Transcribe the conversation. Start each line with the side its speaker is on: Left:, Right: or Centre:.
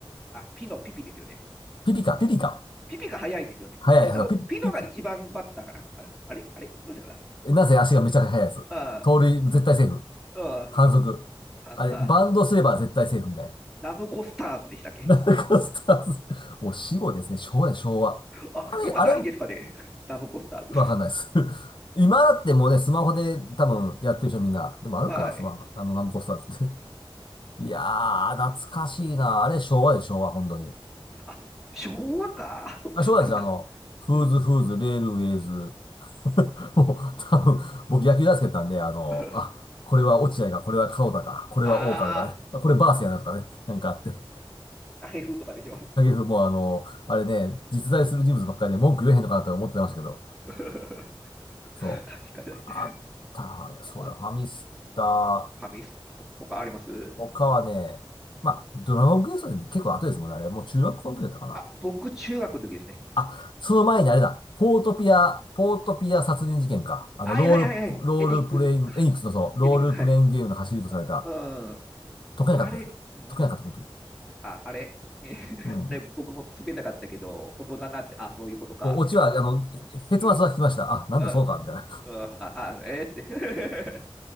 Centre: あ、ピのピピですよね。
Left: ピピか、ピピか。
Centre: ピピが早いんですよね。
Left: 速い、
Centre: ピノ、
Left: あの、ピ、ピか。
Centre: ピノが一番バッターかな。あれあれあれどうしたかな
Left: えなぜ足がめちゃくちゃ速いやつ。
Centre: あ
Left: 盗塁、絶対セーフ。
Centre: あ、
Left: 反則。
Centre: ああ、
Left: あれ、
Centre: あ
Left: バンドすれば絶対セーフみたいな。
Centre: ナムコスターズでしたっけ
Left: ナムコスターズ。もう死後ですね。昭和や、昭和。
Centre: あ、
Left: あれ、
Centre: 今ないんですかね
Left: あれ、
Centre: <laughs> ナムコスターズ。
Left: わかんないです。<laughs> 今だってもうね、スマホで多分やってる人みんな。でもあるか、
Centre: はい。
Left: スマホ、あの、ナムコスターズって。<laughs> いやー、懐かしいな。あれ、昭和で昭和、本当に。
Centre: あ、そっか。昭和か。そっかそっかそっか。
Left: あ、昭和ですよ。あの、フーズフーズ、
Centre: うん。
Left: レールウェイズ。<laughs> もう、多分、僕野球大好きだったんで、あの、
Centre: <laughs>
Left: あ、これは落合か、これは門田か、これは大川とかね、
Centre: ああ、
Left: あこれバースやなとかね、なんかあって。
Centre: 北平風とかでしょ。<laughs>
Left: 影風もあの、あれね、実在する人物ばっかりで文句言えへんのかなと思ってましたけど、
Centre: 確かに。
Left: そう、あったそうだ、
Centre: あ、フ
Left: ファミスタ、
Centre: ァミスタ、ほ他ありますほ
Left: 他はね、まあ、ドラゴンクエストで結構後ですもんね、あれ、もう中学校の時だったかな。
Centre: うん。あ、僕、中学の時ですね。
Left: あ、その前にあれだ、ポートピア、ポートピア殺人事件か。あの、
Centre: はいはいはいはい。
Left: ロールプ、ロールプレイン、
Centre: エニックスの、あ
Left: エニックスのそう、ロールプレインゲームの走りとされた、
Centre: エニックス、はい。うん。
Left: 解けなかったですけど、
Centre: あれ、うん
Left: 解けなかった結局。
Centre: あ、あれ、ね、<laughs>
Left: うん。
Centre: あれ、僕も解けなかったけど、大人になって、あ、そういうことか、
Left: おオチは、
Centre: みたいな。
Left: あの、結末は聞きました。
Centre: う
Left: あ、なんだそうか、
Centre: ん、
Left: みたいな。
Centre: うん、あ、あ、えーって